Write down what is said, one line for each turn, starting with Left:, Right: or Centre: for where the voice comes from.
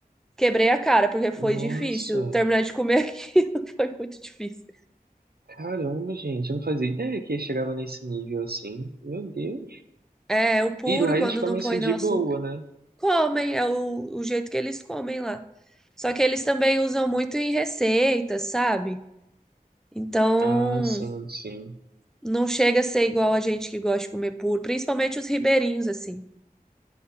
Centre: quebrei a cara, porque foi
Right: Nossa,
Centre: difícil. Terminar de comer aquilo <laughs> foi muito difícil.
Right: caramba, gente, eu não fazia ideia que chegava nesse nível assim. Meu Deus.
Centre: É, o puro,
Right: E lá
Centre: quando
Right: eles comem
Centre: não
Right: assim
Centre: põe
Right: de
Centre: não
Right: boa,
Centre: açúcar.
Right: né?
Centre: Comem, é o, o jeito que eles comem lá. Só que eles também usam muito em receitas, sabe? Então,
Right: Ah, sim, sim.
Centre: não chega a ser igual a gente que gosta de comer puro, principalmente os ribeirinhos, assim.